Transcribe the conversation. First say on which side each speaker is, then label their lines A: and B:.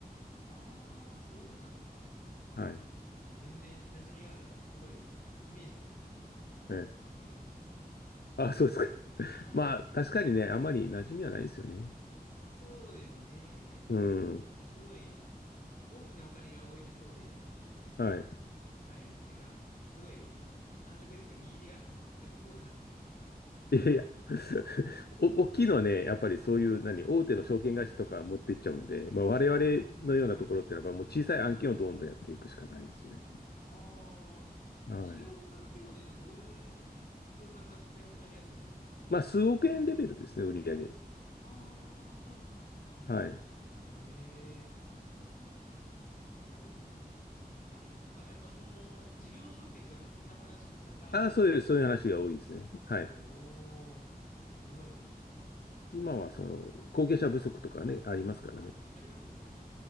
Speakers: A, on the left; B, on the left.
A: ああ、そういうことなんですね。
B: はい。
A: 全然馴染みがなかったんですごいイメージが
B: ええ。
A: ちょっと持てまし
B: あ、そうですか。<laughs>
A: た。はい。
B: まあ、確かにね、あんまり馴染みはないですよね。
A: そうですね。
B: うん。
A: なんかすごい大きなお金が動いてそうで、
B: はい。
A: はい。なんかすごい <laughs> 安直ですけど、見入りが良さそうだなと思って。
B: いやいや。<laughs> お、大きいのはね、やっぱりそういう、
A: はい。
B: 何、大手の証券会社とか持っていっちゃうんで、まあ、我々のようなところってのは、
A: ああ、はい。
B: もう小さい案件をどんどんやっていくしかないですね。
A: ああ、
B: はい。
A: 企業さんの規模で言うと、どういうき企業さんが対象になりやすいんですか
B: まあ、数億円レベルですね、売り上げ。
A: ああー、はっはっはっは。
B: はい。
A: へえ、へえ、すごいな。あれか、やっぱその、事業承継とかなんかそんな話とかがきっかけで。
B: ああ、そういう、そういう話が多いですね。はい。
A: おー、すごい。
B: 今は、
A: すごいはい。
B: その、後継者不足とかね、ありますからね。
A: あ、ありますよね。